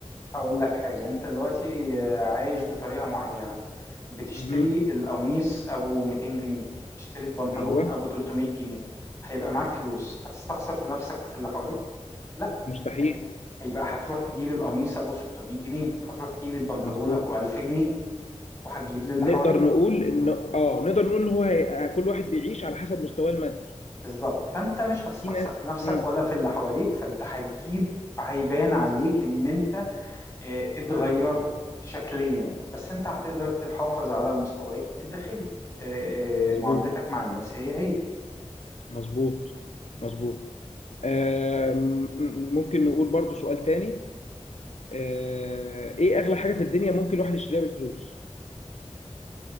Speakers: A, on the left; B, on the left.
A: اقول لك حاجه انت دلوقتي آه، عايش بطريقه معينه بتشتري
B: مهم.
A: القميص ابو 200 جنيه تشتري البنطلون
B: ايوه
A: ابو 300 جنيه هيبقى معاك فلوس هتستخسر في نفسك في اللي حواليك لا
B: مستحيل
A: هت- هيبقى هتروح تجيب القميص ابو 600 جنيه هتروح تجيب البنطلون
B: مظبوط
A: ابو 1000 جنيه وهتجيب للي
B: نقدر
A: حواليك
B: نقول ان اه نقدر نقول ان هو هي... كل واحد بيعيش على حسب مستواه المادي
A: بالظبط فانت مش هتستخسر
B: في ناس
A: في نفسك
B: مم.
A: ولا في اللي حواليك فانت هتجيب هيبان عليك ان انت آه، اتغيرت شكليا بس انت هتقدر تحافظ على مستواك الداخلي آه،
B: مظبوط
A: آه، معاملتك مع الناس هي هي
B: مظبوط مظبوط آم، مم، ممكن نقول برضو سؤال تاني آه، ايه اغلى حاجة في الدنيا ممكن الواحد يشتريها بالفلوس